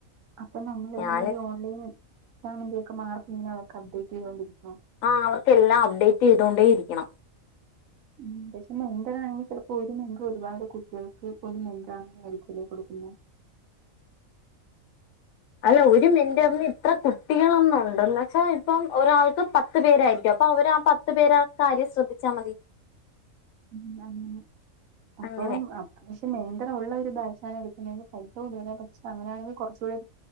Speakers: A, on the right (about 75°); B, on the left (about 80°).
A: അപ്പൊ നമ്മൾ എങ്ങനെ
B: ഞാന്
A: ഓൺലൈൻ എക്സാമിന്റെ ഒക്കെ മാർക്ക് ഇങ്ങനെ അവർക്ക് അപ്ഡേറ്റ് ചെയ്തോണ്ടിരിക്കും
B: ആ അവർക്ക് എല്ലാം അപ്ഡേറ്റ് ചെയ്തോണ്ടേ ഇരിക്കണം
A: ഉ പക്ഷെ മെൻ്റർ ആണെങ്കിൽ ചിലപ്പോ ഒരു മെങ്ങ് ഒരുപാട് കുട്ടികൾക്ക് മെന്താണ ആയിരിക്കും കൊടുക്കുന്നു
B: അല്ല ഒരു മെൻ്ററിന് ഇത്ര കു കുട്ടികളാന്നുണ്ടന്ന് വെച്ചാൽ ഇപ്പം ഒരാൾക്ക് പത്ത് പേരായിരിക്കും അപ്പൊ അവര് ആ പത്ത് പേരെ ആ കാര്യം ശ്രദ്ധിച്ച അ മതി
A: ഉ അങ്ങനെ അപ്പൊ
B: അങ്ങനെ
A: അത്യാവിശ്യം മെലി ഉള്ള ഒരു ബാച്ചാണ് എടുക്കുന്നത്തെങ്കിൽ പൈസ കൂടുതല പക്ഷെ അങ്ങനാണെങ്കിൽ കുറച്ചൂടെ